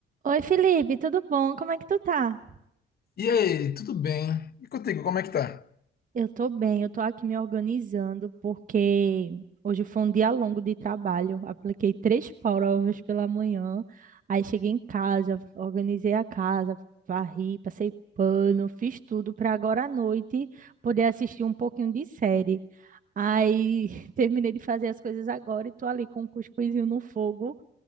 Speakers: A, on the right; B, on the left.
A: Oi, Felipe, tudo bom? Como é que tu tá?
B: E aí, tudo bem? E contigo, como é que tá?
A: Eu tô bem, eu tô aqui me organizando porque hoje foi um dia longo de trabalho. Apliquei três provas pela manhã, aí cheguei em casa, organizei a casa, varri, passei pano, fiz tudo para agora à noite poder assistir um pouquinho de série. Aí <laughs> terminei de fazer as coisas agora e tô ali com um cuscuzinho no fogo